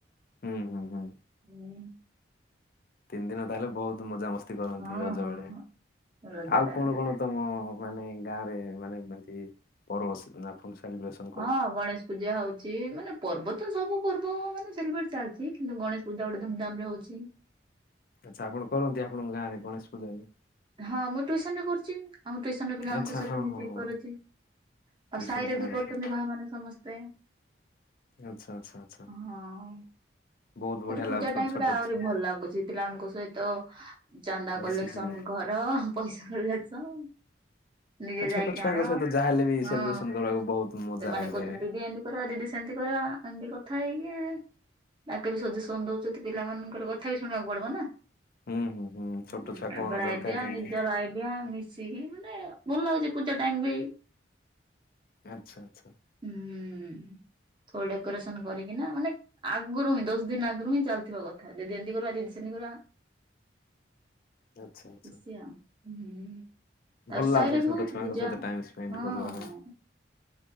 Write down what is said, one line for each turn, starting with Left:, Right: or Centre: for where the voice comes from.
Left: ହୁଁ ହୁଁ ହୁଁ।
Right: ଉଁ।
Left: ତିନି ଦିନ ତାହେଲେ ବହୁତ ମଜାମସ୍ତି କରନ୍ତି
Right: ହଁ
Left: ରଜ
Right: ହଁ
Left: ବେଳେ।
Right: ହଁ ରଜ
Left: ଆଉ
Right: ଟାଇମ
Left: କଣ
Right: ରେ।
Left: କଣ ତମ ମାନେ ଗାଁ ରେ ମାନେ ମେନ୍ତି ପର୍ବ ସେଠ ନା ଫୁଲ୍ ସାଲିବ୍ରେସନ୍?
Right: ହଁ ଗଣେଶ ପୂଜା ହୋଉଚି। ମାନେ ପର୍ବ ତ ସବୁ ପର୍ବ ମାନେ ସେଲିବେଟ ଚାଲଚି। କିନ୍ତୁ ଗଣେଶ ପୂଜା ଗୋଟେ ଧୁମଧାମ ରେ ହୋଉଚି।
Left: ଆଚ୍ଛା ଆପଣ କରନ୍ତି ଆପଣଙ୍କ ଗାଁରେ ଗଣେଶ ପୂଜାରେ?
Right: ହଁ ମୁଁ ଟ୍ୟୁସନ ରେ କରୁଚି। ଆମ ଟ୍ୟୁସନ ରେ ପିଲାମାନଙ୍କ
Left: ଆଚ୍ଛା
Right: ସଇତ
Left: ହଁ
Right: ମିଶିକି
Left: ହଁ ହଁ
Right: କରୁଚି।
Left: ଟିଉସନ
Right: ଆଉ ସାଇରେ
Left: ପିଲାଙ୍କ
Right: ବି କରୁଚନ୍ତି
Left: ସହ
Right: ଭାଇମାନେ ସମସ୍ତେ।
Left: ଆଚ୍ଛା ଆଚ୍ଛା ଆଚ୍ଛା।
Right: ହଁ।
Left: ବହୁତ
Right: କିନ୍ତୁ
Left: ବଢିଆ
Right: ପୂଜା
Left: ଲାଗୁଥିବ
Right: ଟାଇମ
Left: ଛୋଟ
Right: ରେ ଆହୁରି
Left: ଛୁ
Right: ଭଲ ଲାଗୁଚି ପିଲାମାନଙ୍କ ସଇତ। ଚାନ୍ଦା
Left: ମିଶିକି
Right: କଲେକ୍ସନ
Left: ହଁ
Right: ଘର ପଇସା କଲେକ୍ସନ। ନିଜେ
Left: ଏ ଛୋଟ
Right: ଯାଇକି
Left: ଛୁଆଙ୍କ
Right: ଆଣ।
Left: ସହିତ ଯାହାହେଲେ ବି
Right: ହଁ
Left: ସେଲିବ୍ରେସନ କରିବାକୁ ବହୁତ ମଜା
Right: ସେମାନେ
Left: ଲାଗିଥାଏ।
Right: କୋଉଚନ୍ତି ଦିଦି ଏମତି କର, ଦିଦି ସେମତି କର ଏମିତି କଥା ହେଇକି ତାଙ୍କେ ବି ସଜେସନ ଦୋଉଚନ୍ତି। ପିଲାମାନାନଙ୍କର ଗତ କଥା ବି ଶୁଣିବାକୁ ପଡିବ ନା।
Left: ହୁଁ ହୁଁ ହୁଁ ଛୋଟ
Right: ଉଁ
Left: ଛୁଆ
Right: ତାଙ୍କ
Left: କଣ
Right: ଙ୍କର
Left: ଦରକାର
Right: ଆଇଡିଆ
Left: କେମିତି
Right: ନିଜର ଆଇଡିଆ ମିଶିକି ମାନେ ଭଲ ଲାଗୁଚି ପୂଜା ଟାଇମ ବି।
Left: ଆଚ୍ଛା ଆଚ୍ଛା
Right: ହୁଁ ଥଅ ଡେକୋରେସନ କରିକିନା ମାନେ ଆଗରୁ ହିଁ ଦଶ ଦିନ ଆଗରୁ ହିଁ ଚାଲ ଥିବ କଥା। ଦିଦି ଏମତି କରିବା ଦିଦି ସେମିତି କରିବା।
Left: ଆଚ୍ଛା ଆଚ୍ଛା
Right: ଖୁସି ଆଉ ହୁଁ। ତାପରେ
Left: ଭଲ
Right: ସାହିରେ
Left: ଲାଗୁଥୁବ
Right: ବି
Left: ଛୋଟ
Right: ହଉଛି
Left: ଛୁଆଙ୍କ
Right: ପୂଜା।
Left: ସଇତ ଟାଇମ ସ୍ପେଣ୍ଡ
Right: ହଁ
Left: କରିବା
Right: ହଁ
Left: ପାଇଁ।